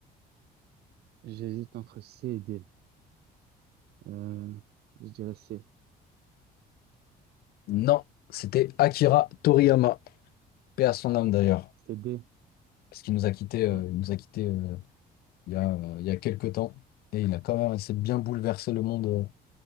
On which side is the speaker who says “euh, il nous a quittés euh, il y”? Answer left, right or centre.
Left